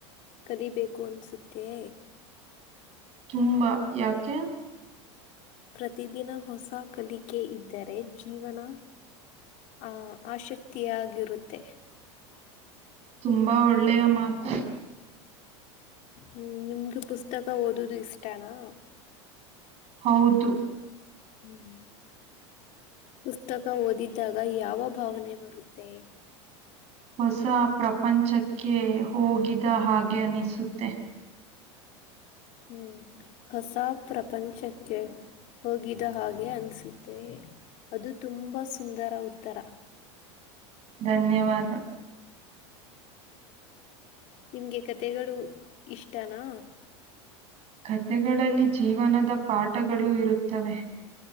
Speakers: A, on the left; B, on the right.
A: ಕಲಿಬೇಕು ಅನ್ಸುತ್ತೆ
B: ತುಂಬಾ ಯಾಕೆ.
A: ಪ್ರತಿದಿನ ಹೊಸ ಕಲಿಕೆ ಇದ್ದರೆ ಜೀವನ ಆ ಆಶಕ್ತಿಯಾಗಿರುತ್ತೆ.
B: ತುಂಬಾ ಒಳ್ಳೆಯ ಮಾತು.
A: ಹ್ಮ್ ನಿಮ್ಗ ಪುಸ್ತಕ ಓದುದು ಇಷ್ಟಾನಾ.
B: ಹೌದು.
A: ಹ್ಮ್ ಪುಸ್ತಕ ಓದಿದ್ದಾಗ ಯಾವ ಭಾವನೆ ಬರುತ್ತೆ.
B: ಹೊಸ ಪ್ರಪಂಚಕ್ಕೆ ಹೋಗಿದ ಹಾಗೆ ಅನ್ನಿಸುತ್ತೆ.
A: ಹ್ಮ್ ಹೊಸ ಪ್ರಪಂಚಕ್ಕೆ ಹೋಗಿದ ಹಾಗೆ ಅನ್ಸುತ್ತೆ ಅದು ತುಂಬಾ ಸುಂದರ ಉತ್ತರ.
B: ಧನ್ಯವಾದ.
A: ನಿಮ್ಗೆ ಕತೆಗಳು ಇಷ್ಟನಾ.
B: ಕಥೆಗಳಲ್ಲಿ ಜೀವನದ ಪಾಠಗಳು ಇರುತ್ತವೆ.